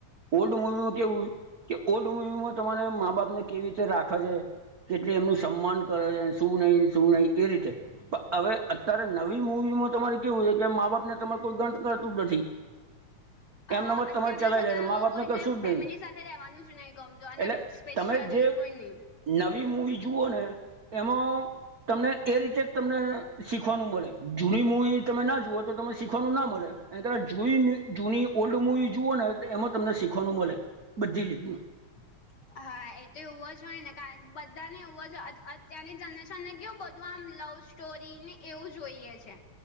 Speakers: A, on the right; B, on the left.
A: ઓલ્ડ મૂવીમાં કેવું કે, ઓલ્ડ મૂવીમાં તમારે મા-બાપને કેવી રીતે રાખે છે કેટલે એમનું સન્માન કરે છે, શું નઈ, શું નઈ, એ રીતે. પ અવે અત્યારે નવી મુવીમાં તમારે કેવું છે કે, મા-બાપને તમારે કોઈ ગણ કરતું જ નથી.
B: અ
A: એમના મત
B: અત્યારના
A: તમારે ચલાવી
B: છોકરાઓ
A: લે છે મા બાપને
B: કોઈને
A: કશું
B: ફેમિલી
A: જ નહીં
B: સાથે રહેેવાનું જ નઈ ગમતુ અને
A: એટલે
B: સ્પેશિયલી
A: તમે જે
B: કોઈ ની.
A: નવી મૂવી જુઓને એમો તમને એ રીતે જ તમને શીખવાનું મળે, જૂડી મૂવી તમે ના જુઓ, તો તમે શીખવાનું ના મળે. એન કરતા જૂઈને જૂની ઓલ્ડ મુવી જુઓને તે એમાં તમને શીખવાનું મલે બધી રીતનું.
B: <inaudible> હા, એ તો એવો જ હોય ને કાર બધા ને એવું જ અત-અત્યારની જનરેશન ને કેવુ બધું આમ લવ સ્ટોરીને એવું જોઈએ છે.